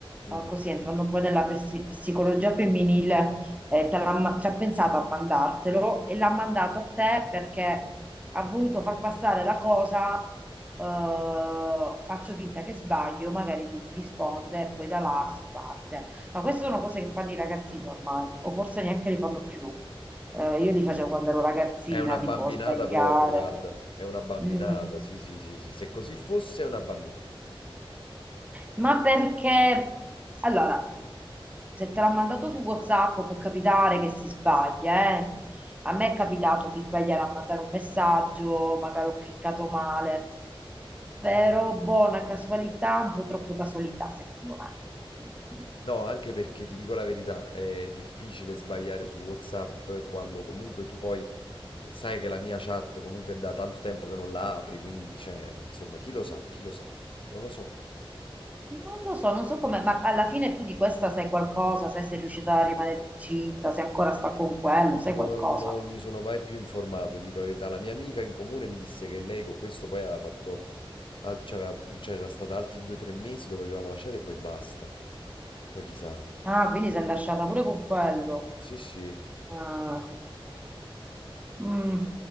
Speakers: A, on the left (about 65°); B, on the right (about 15°).
A: Mm.
B: eh, così entrando poi nella psi- psicologia femminile, eh, te l'ha ma- ci ha pensato a mandartelo e l'ha mandato a te perché ha voluto far passare la cosa, eh, faccio finta che sbaglio, magari lui mi risponde e poi da là si parte. Ma queste sono cose che fanno i ragazzini ormai, o forse neanche li fanno più. Eh, io li facevo quando ero ragazzina,
A: È una bambinata
B: tipo sbagliare.
A: proprio, guarda, è una bambinata,
B: Mm.
A: sì, sì, sì, sì, se così fosse è una bambinata.
B: Ma perché, allora, se te l'ha mandato su WhatsApp può capitare che si sbaglia, eh. A me è capitato di sbagliare a mandare un messaggio, magari ho cliccato male, però
A: Mm.
B: buona casualità, un po' troppo casualità, secondo me. Mm.
A: No, anche perché ti dico la verità, è difficile sbagliare su WhatsApp quando comunque tu poi eh, sai che la mia chat comunque è da tanto tempo che non la apri, quindi cioè, insomma, chi lo
B: Mhm.
A: sa, chi lo sa, non lo so.
B: Non lo so, non so come, ma alla fine tu di questa sai qualcosa, sai se è riuscita a rimanere incinta, se ancora sta con quello, sai
A: Non,
B: qualcosa.
A: non mi sono mai più informato, dico la verità. La mia amica in comune mi disse che lei con questo poi aveva fatto, al- cioè, aveva- c'era stata altri due o tre mesi dove ci eravamo lasciati e poi basta. Poi chissà.
B: Ah, quindi si è lasciata pure con quello.
A: Sì, sì.
B: Ah. Mm,